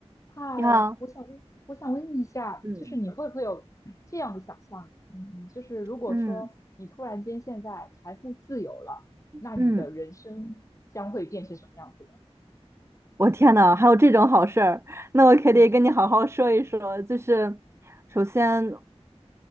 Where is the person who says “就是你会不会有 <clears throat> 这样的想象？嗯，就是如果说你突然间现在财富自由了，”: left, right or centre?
Left